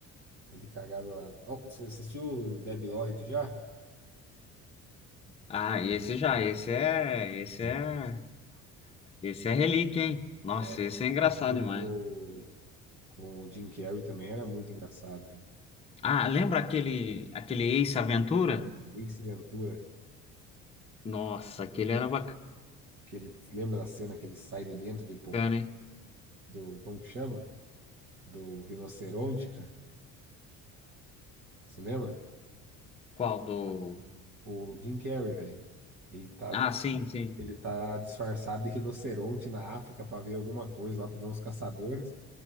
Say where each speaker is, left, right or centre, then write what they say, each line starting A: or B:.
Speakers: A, on the right (about 40°); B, on the left (about 20°).
A: é de cagar velado. Ó, você assistiu o Debi Lloyd já?
B: Ah, esse já, esse é, esse é, esse é relíquia, hein? Nossa,
A: É.
B: esse é engraçado
A: O filme
B: demais.
A: do... com o Jim Carrey também era muito engraçado, velho.
B: Ah, lembra aquele, aquele Ace Aventura?
A: Ace Ventura,
B: Nossa, aquele era bacana,
A: que ele... Lembra da cena que ele sai de dentro do... hipo-
B: hein?
A: do... Como que chama? Do rinoceronte, cara. Você lembra?
B: Qual
A: Ele-
B: do...
A: O Jim Carrey, velho. Ele tá
B: Ah, sim, sim.
A: Ele tá disfarçado de rinoceronte na África para ver alguma coisa lá, para ver uns caçadores.